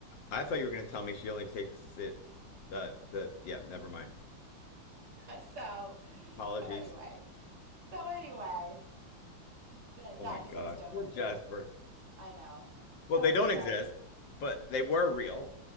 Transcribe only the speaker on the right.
So
so anyway. So anyway, that dinosaurs
don't
exist.
I know. So
anyway,